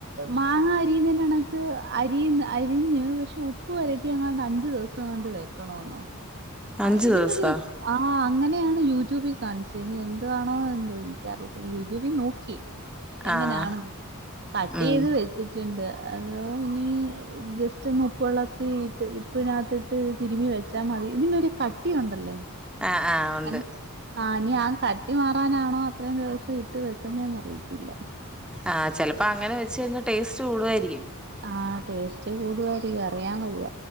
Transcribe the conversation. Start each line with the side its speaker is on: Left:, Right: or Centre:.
Right: മാങ്ങ അരിയുന്നണക്ക് അരിയുന്ന അരിഞ്ഞ് പക്ഷേ ഉപ്പ് വരട്ടി അങ്ങാട്ട് അഞ്ചു ദിവസം അങ്ങോട്ട് വെക്കണെന്നോ ആ
Centre: അഞ്ചു
Right: ഇതിനൊരു
Centre: ദിവസോ
Right: ആഹ് അങ്ങനെയാണ് യൂട്യൂബിൽ കാണിച്ചത് ഇനി എന്താണോ എന്തോ എനിക്കറിയത്തില്ല യൂട്യൂബിൽ നോക്കി എങ്ങനെയാണെന്ന്
Centre: ആഹ്
Right: കട്ട്
Centre: ഉം
Right: ചെയ്ത് വെച്ച് ട്ട്ണ്ട് അതോ ഇനി ജസ്റ്റ് ഒന്ന് ഉപ്പ് വെള്ളത്തിട്ട് ഉപ്പിനകത്തിട്ട് തിരുമ്മി വെച്ചാൽ മതി ഇതിനൊരു കട്ടിയുണ്ടല്ലേ
Centre: ആഹ് ആഹ് ഉണ്ട്
Right: <unintelligible> ആ ഇനി ആ കട്ടി മാറാനാണോ അത്രയും ദിവസം ഇട്ട് വെക്കുന്നെന്ന് അറിയത്തില്ല
Centre: ആഹ് ചെലപ്പോ അങ്ങനെ വെച്ച് കഴിഞ്ഞാ ടേസ്റ്റ് കൂടുവായിരിക്കും
Right: ആഹാ ടേസ്റ്റ് ച്ച് കൂടുകായി അറിയാൻ വയ്യ